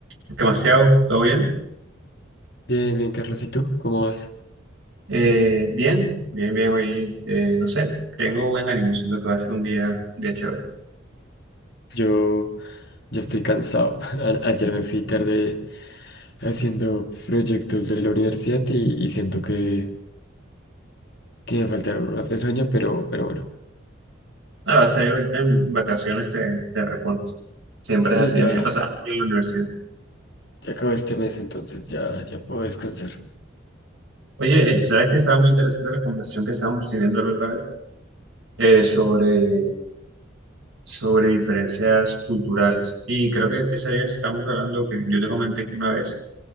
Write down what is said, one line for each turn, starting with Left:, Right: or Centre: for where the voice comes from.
Right: ¿Qué demasiado? ¿Todo bien?
Left: Bien, bien, Carlos, ¿y tú? ¿Cómo vas?
Right: Eh, bien, bien, bien. Hoy, eh, no sé, tengo buen ánimo. Siento que va a ser un día, un día chévere.
Left: Yo, yo estoy cansado. <laughs> A- Ayer me fui tarde haciendo proyectos de la universidad y, y siento que, que me faltaron horas de sueño, pero, pero bueno.
Right: Ah, va a ser ahorita en vacaciones te, te repones. Siempre
Left: Sí,
Right: es así.
Left: ya,
Right: A mí me ha pasado mucho en la universidad.
Left: ya acabó este mes, entonces ya, ya puedo descansar.
Right: Oye, eh, ¿sabes que estaba muy interesante la conversación que estábamos teniendo la otra vez? Eh, sobre, sobre diferencias culturales. Y creo que ese estamos hablando que yo te comenté que una vez